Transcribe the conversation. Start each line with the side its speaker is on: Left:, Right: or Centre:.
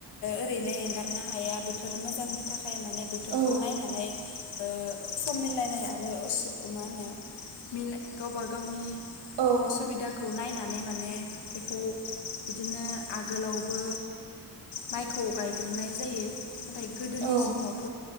Left: ओरैनो एंगारनो हाया बोथोर मोजांनि थाखाय माने बोथोरखौ
Right: औ
Left: नायनानै ओ सम मिलायनाय आरो असु ओ मा होनो? गावबा गावनि
Right: औ
Left: असुबिदाखौ नायनानै माने बेखौ बिदिनो आगोलावबो माइखौ गायग्रोनाय जायो नाथाय गोदोनि
Right: औ
Left: समावथ